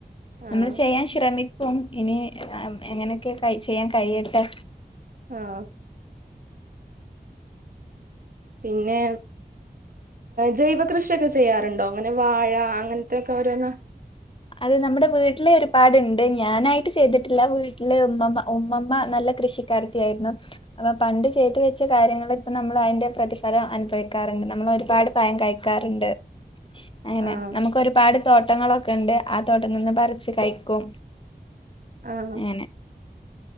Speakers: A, on the right (about 55°); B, on the left (about 30°).
A: ആഹ്
B: നമ്മള് ചെയ്യാൻ ശ്രമിക്കും ഇനി എങ്ങനെയൊക്കെ ചെയ്യാൻ കഴിയട്ടെ
A: ആഹ് പിന്നെ ജൈവ കൃഷിയൊക്കെ ചെയ്യാറുണ്ടോ അങ്ങനെ വാഴ അങ്ങൻത്തെക്കെ ഓരോന്ന്
B: അത് നമ്മുടെ വീട്ടില് ഒരുപാടുണ്ട് ഞാനായിട്ട് ചെയ്തിട്ടില്ല വീട്ടില് ഉമ്മമ്മ ഉമ്മമ്മ നല്ല കൃഷി കാരത്തി ആയിരുന്നു അപ്പൊ പണ്ട് ചെയ്ത് വെച്ച കാര്യങ്ങള് പ്പ നമ്മള് അയ്ന്റെ പ്രതിഫലം അനുഭവിക്കാറ്ണ്ട് നമ്മള് ഒരുപാട് പയം കഴിക്കാറ്ണ്ട് അങ്ങനെ
A: ആഹ്
B: നമുക്ക് ഒരുപാട് തോട്ടങ്ങളൊക്കെണ്ട് ആ തോട്ടന്ന് പറിച്ച് കഴിക്കും
A: ആന്നോ
B: അങ്ങനെ